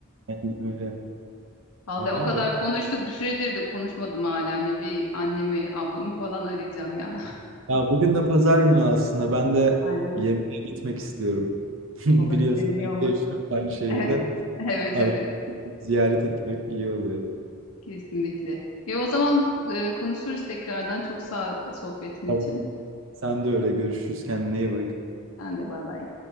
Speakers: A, on the right; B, on the left.
A: Aynen öyle.
B: <laughs> Vallahi
A: Vay
B: o kadar
A: be.
B: konuştuk bir süredir de konuşmadım ailemle. Bir annemi, ablamı falan arayacağım ya.
A: Ya bugün de pazar günü aslında. Ben de
B: <laughs> Aynen
A: yemeğe gitmek istiyorum. <laughs> Biliyorsun
B: olabilir niye
A: aynı
B: olmasın.
A: yaşıyoruz, aynı şehirde.
B: Evet <laughs>
A: Arada
B: evet evet
A: ziyaret etmek iyi oluyor.
B: kesinlikle. Ya o zaman e, konuşuruz tekrardan. Çok sağ ol sohbetin için.
A: Tamam. Sen de öyle. Görüşürüz. Kendine
B: Görüşürüz.
A: iyi bak.
B: Sen de bay bay.